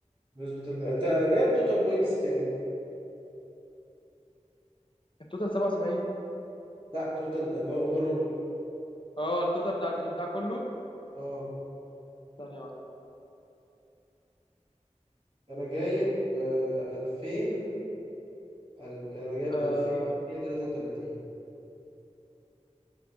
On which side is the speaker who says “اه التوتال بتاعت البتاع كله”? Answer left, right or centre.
Left